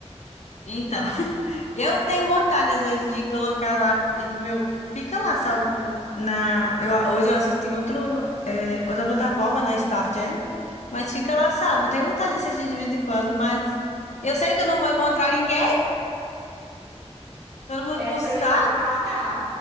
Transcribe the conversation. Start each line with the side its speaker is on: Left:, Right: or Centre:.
Left: Então, <laughs> eu tenho vontade, às vezes, de colocar lá, e meu, fica lá salvo na, eu, a- hoje eu assisto em outro, é, outra plataforma, na Star Channel, mas fica lá salvo, Eu tenho vontade de assistir de vez em quando, mas eu sei que eu não vou encontrar ninguém, todo mundo
Centre: Essa
Left: pro saco.
Centre: aí eu vou falhar.